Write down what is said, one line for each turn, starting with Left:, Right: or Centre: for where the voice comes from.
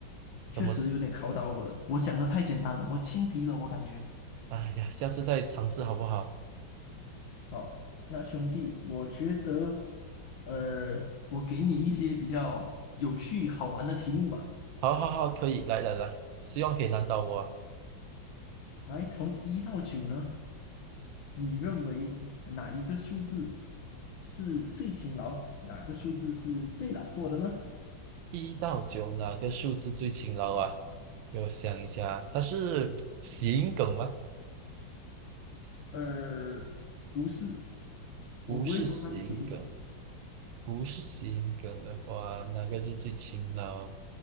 Left: 确实有点考倒我了，
Right: 怎么？
Left: 我想的太简单了，我轻敌了，我感觉。
Right: 哎呀，下次再尝试好不好？
Left: 好，那兄弟，我觉得，呃，我给你一些比较有趣好玩的题目吧。
Right: 好好好，可以，来来来，希望可以难倒我啊
Left: 来，从一到九呢，你认为哪一个数字是最勤劳，哪个数字是最懒惰的呢？
Right: 一到九哪个数字最勤劳啊？给我想一下，它是谐音梗吗？
Left: 呃，不是，我不会说它是谐音梗。
Right: 不是谐音梗，不是谐音梗的话，哪个是最勤劳？